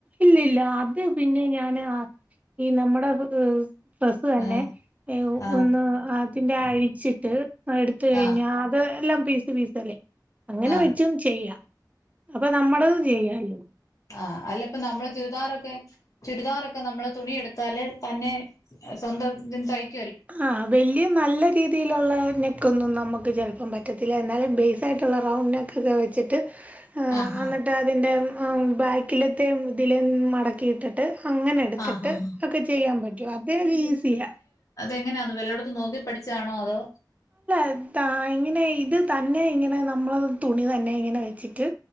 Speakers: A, on the right; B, on the left.
A: ഇല്ലല്ല അത് പിന്നെ ഞാന് നമ്മടെ ഡ്രസ്സ്‌ തന്നെ
B: ആഹ് ആഹ്
A: ഒന്ന് അതിന്റെ അഴിച്ചിട്ട് എടുത്ത കഴിഞ്ഞ
B: ആഹ്
A: അത് എല്ലാം പീസ് പീസ്ല്ലേ അങ്ങനെ
B: ആഹ്
A: വെച്ചും ചെയ്യാം നമ്മുടെതു ചെയ്യാല്ലോ
B: ആഹ അല്ല ഇപ്പ നമ്മള് ചുരിദാറൊക്കെ ചുരിദാറൊക്കെ നമ്മള് തുണി എടുത്താല് തന്നെ സ്വന്തം ഇ
A: ആഹ വല്യ നല്ല രീതിയിലുള്ള നെക്കൊന്നും ന നമുക്ക് ചിലപ്പം പറ്റത്തില്ല എന്നാലും ബേസ്സായിട്ടുള്ള റൗണ്ട് നെക്കൊക്കെ ഒക്കെ വെച്ചിട്ട് ആ
B: ആഹ്
A: എന്നിട്ട് അതിന്റെ ബാക്കിലത്തെയ ഇതില മടക്കിയിട്ടിട്ട് അങ്ങനെ
B: ആഹ്
A: എടുത്തിട്ട്
B: ആഹ് ആഹ് ആഹ്
A: ഒക്കെ ചെയ്യാൻ പറ്റോ അതത് ഈസിയാ
B: എങ്ങനെന്ന് വല്ലോടതും നോക്കി പഠിച്ചാണോ അതോ
A: എത്താ ഇങ്ങനെ ഇത് തന്നെ ഇങ്ങനെ നമ്മൾ തുണി തന്നെ ഇങ്ങനെ വെച്ചിട്ട്